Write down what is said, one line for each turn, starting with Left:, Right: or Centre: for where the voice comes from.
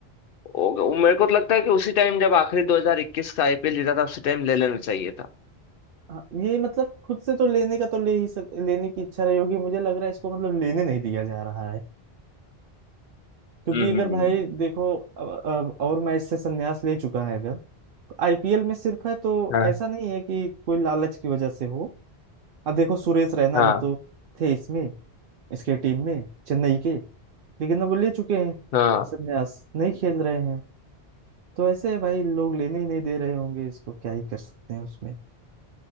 Left: हो गया- मेरे को तो लगता है कि उसी टाइम जब आखिरी 2021 का आईपीएल जीता था उसी टाइम ले लेना चाहिए था
Right: हाँ, ये मतलब खुद से तो लेने का तो ले ही सक, लेने की इच्छा रही होगी मुझे लग रहा है इसको मतलब लेने नहीं दिया जा रहा है क्योंकि
Left: हम्म
Right: अगर
Left: हम्म,
Right: भाई
Left: हम्म।
Right: देखो अब, अब और मैच से संन्यास ले चुका है अगर तो आईपीएल में सिर्फ है तो
Left: हाँ
Right: ऐसा नहीं है कि कोई लालच की वजह से हो अब देखो सुरेश रैना
Left: हाँ
Right: भी तो थे इसमें इसके टीम में चेन्नई के लेकिन अब वो ले चुके हैं
Left: हाँ
Right: संन्यास नहीं खेल रहे हैं तो ऐसे भाई लोग लेने ही नहीं दे रहे होंगे इसको क्या ही कर सकते हैं उसमें